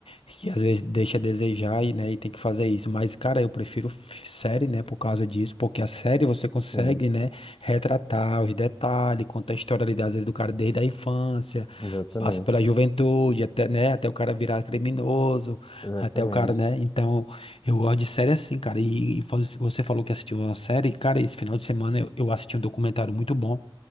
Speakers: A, on the left; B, on the left.
A: que às vezes deixa a desejar e, né, e tem que fazer isso. Mas, cara, eu prefiro f- série, né, por causa disso, porque a série você consegue,
B: sim,
A: né, retratar os detalhes, conta a história ali, às vezes, do cara desde a infância,
B: exatamente,
A: passa pela juventude, até, né, até o cara virar criminoso,
B: exatamente.
A: até o cara, né, então eu gosto de série assim, cara, e, e fa- você falou que assistiu uma série, cara, esse final de semana eu, eu assisti um documentário muito bom,